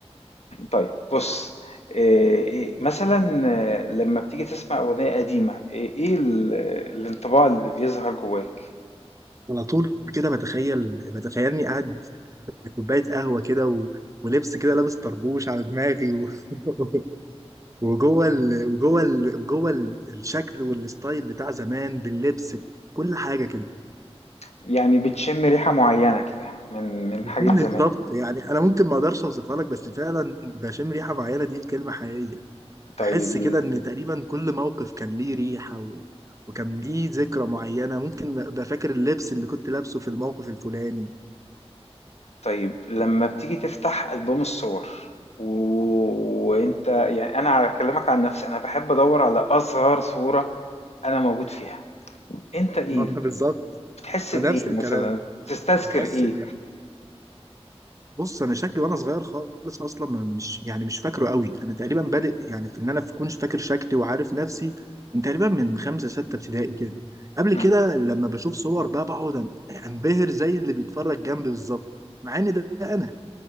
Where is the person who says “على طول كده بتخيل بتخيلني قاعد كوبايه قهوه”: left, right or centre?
Right